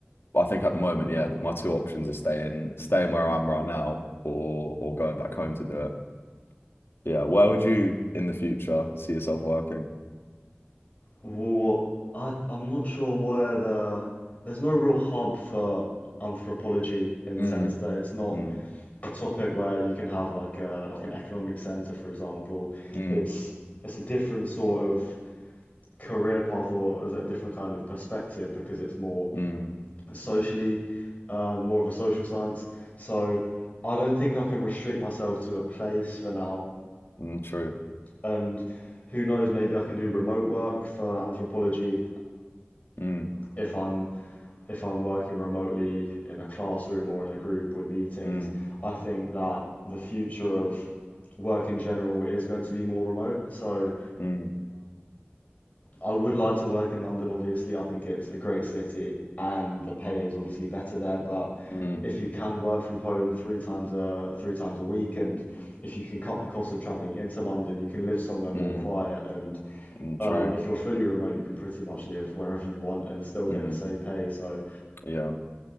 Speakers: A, on the left; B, on the left.
A: But I think at the moment, yeah, my two options are staying staying where I am right now or or going back home to do it. Yeah, where would you in the future see yourself working?
B: Well, I I'm not sure where the there's no real hub for anthropology in the
A: Mm,
B: sense that it's not
A: mm,
B: a topic where you can have like a like an economic center, for example.
A: mm,
B: It's it's a different sort of career path or is it a different kind of perspective because it's more
A: mm,
B: socially, uh, more of a social science. So I don't think I can restrict myself to a place for now.
A: mm, true.
B: And who knows, maybe I can do remote work for anthropology
A: Mm,
B: if I'm if I'm working remotely in a classroom or in a group with meetings.
A: mm,
B: I think that the future of work in general is going to be more remote. So
A: mm,
B: I would like to work in London, obviously. I think it's a great city and the pay is obviously better there. But
A: mm,
B: if you can work from home three times a three times a week and if you can cut the cost of traveling into London, you can live somewhere more
A: mm,
B: quiet and
A: mm,
B: um,
A: true.
B: if you're fully remote, you can pretty much live wherever you want and still get
A: Mm,
B: the same pay. So
A: yeah.